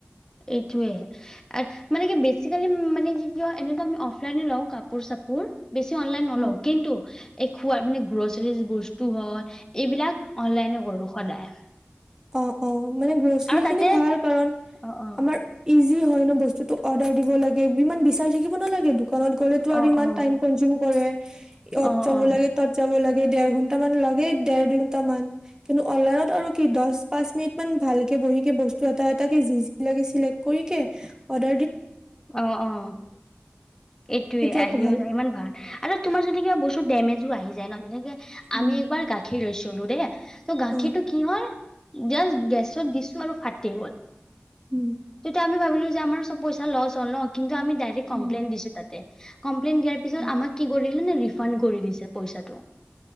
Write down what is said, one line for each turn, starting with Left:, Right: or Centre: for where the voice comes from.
Left: এইটোয়ে মানে কি বেচিকেলি মানে কি ক এনে আ লাই লওঁ কাপোৰ চাপোৰ বেছি অনলাইন নলও
Right: অ
Left: কিন্তু এই খোৱা মানে গ্ৰচাৰীজ বস্তু হ এইবিলাক অনলাইনে কৰো সদায়
Right: অঁ অঁ মানে গছলি
Left: আৰু তাতে
Right: খিনি ভাল কাৰণ
Left: অ অ
Right: আমাৰ যি হয় ন বস্তুতটো অৰ্ডাৰ দিব লাগে ইমান বিচাৰি থাকিব নালাগে দোকানত গ'লেতো আৰু
Left: অ
Right: ইমান
Left: অ
Right: টাইম কনজিউম কৰে ইয়ত
Left: অ অ
Right: যাব লাগে তত যাব লাগে। দেৰ ঘন্ট মান লাগেই দেৰ দুই ঘন্ট মান কিন্তু অলাৰত আৰু কি দহ পাঁচ মিনিট মান ভালকে বহ কে বস্তু এটা এটে যি যি লাগেক্ কৰি অৰ্
Left: অঁ অঁ এইটোয়ে
Right: সেইটো
Left: আহিও
Right: আকৌ ভাল
Left: যায় ইমান ভাল আৰু তোমাৰ যদি কিবা বস্তু ডেমেজ- তো আহি যায় ন তেনেকে আমি
Right: উম
Left: একবাৰ গাখীৰ লৈছো <unintelligible> দে ত গাখীৰটো
Right: অ
Left: কি হয় জাস্ট গেছত দিছো আৰু ফাটি গ'ল।
Right: উম
Left: তেটিয়া আমি ভাবি বোলো যে আমাৰ চব পইচা তাৰ লচ হল ন তেতিয়া আমি ডাইৰেক্ট
Right: উম
Left: কমপ্লেন দিছো তাতে। কমপ্লেইন দিয়াৰ পিছত
Right: উম
Left: আমাক কৰি। ৰিফাণ্ড কৰি দিছে পইচাটো।